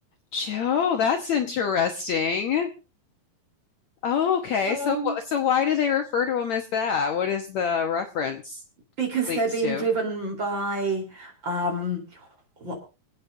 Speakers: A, on the left; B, on the right.
A: Joe, that's interesting. Oh, okay.
B: Um,
A: So, wh- so why do they refer to him as that? What is the reference
B: because
A: linked
B: they're being
A: to?
B: driven by um, what